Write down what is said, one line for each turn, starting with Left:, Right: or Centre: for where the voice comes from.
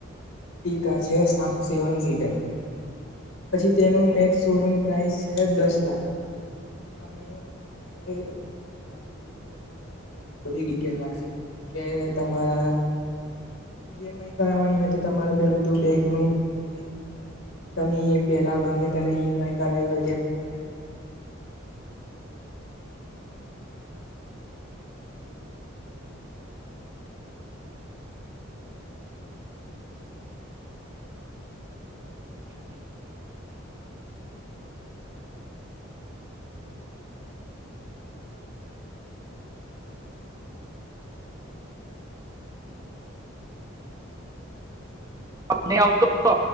Left: અલ્ટિકા છે સેવન સીટર, પછી તેનું એક શોરૂમ પ્રાઇસ છે દસ લાખ, તો તમે જયારે ગાડી ખરીદશો બધી ડિટેલ મામાંગશે, કે તમારા ઈએમ આઈ કરાવાની હોય તો તમારું પેલું ત બેંક નું જે તમે પેલા ગમે ત્યારે ઈમ આઈ કરાવી હોય ત્યાં
Right: આ ની આવતો <unintelligible>